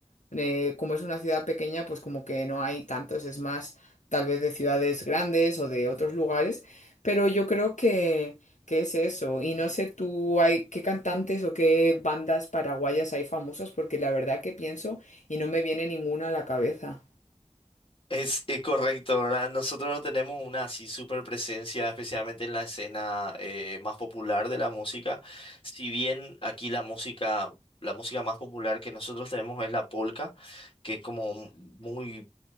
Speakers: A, on the left (about 80°); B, on the left (about 45°).
A: eh, como es una ciudad pequeña, pues como que no hay tantos, es más tal vez de ciudades grandes o de otros lugares, pero yo creo que, que es eso. Y no sé tú, hay, qué cantantes o qué bandas paraguayas hay famosas, porque la verdad que pienso y no me viene ninguna a la cabeza.
B: Es, eh, correcto, ¿verdad? Nosotros no tenemos una así super presencia, especialmente en la escena eh, más popular de la música. Si bien aquí la música, la música más popular que nosotros tenemos es la polka, que es como muy